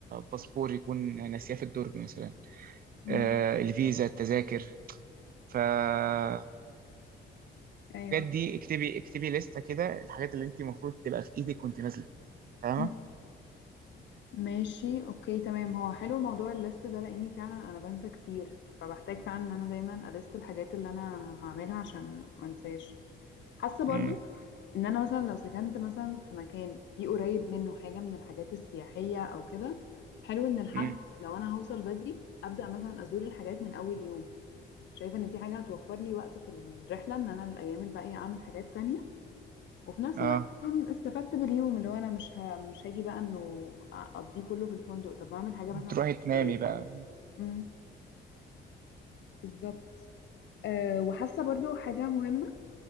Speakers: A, on the right (about 50°); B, on the left (about 65°).
A: باسبور يكون ناسياه في الدرج مثلا
B: أمم،
A: آه الفيزا التذاكر فالحاجات
B: ايوه
A: دي اكتبي اكتبي لستة كده الحاجات اللي انت المفروض تبقى في ايدك وانت نازلة فاهمة؟
B: أمم. ماشي اوكي تمام هو حلو موضوع الليست ده لاني فعلا انا بنسى كتير فبحتاج فعلا ان انا دايما اليست الحاجات اللي انا هعملها عشان ما انساش حاسه برضو
A: امم
B: ان انا مثلا لو سكنت مثلا في مكان فيه قريب منه حاجه من الحاجات السياحيه او كده حلو ان الحد
A: امم
B: لو انا هوصل بدري ابدا مثلا ازور الحاجات من اول يوم شايفه ان دي حاجه هتوفر لي وقت في الرحله ان انا الايام الباقيه اعمل حاجات تانية وفي نفس
A: اه
B: الوقت اكون استفدت باليوم اللي هو انا مش ه... مش هاجي بقى انه اقضيه كله في الفندق طب ما اعمل حاجه مثلا
A: تروحي
B: في حته
A: تنامي
B: قريبه
A: بقى
B: امم بالظبط أه وحاسه برضو حاجه مهمه